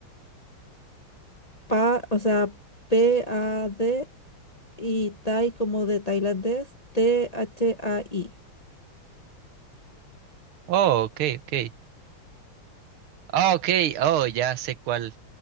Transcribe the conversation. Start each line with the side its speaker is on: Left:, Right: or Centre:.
Left: Pa, o sea, P-A-D y Thai como de tailandés, T-H-A-I.
Right: Oh, ok, ok. Ah, ok, oh, ya sé cuál.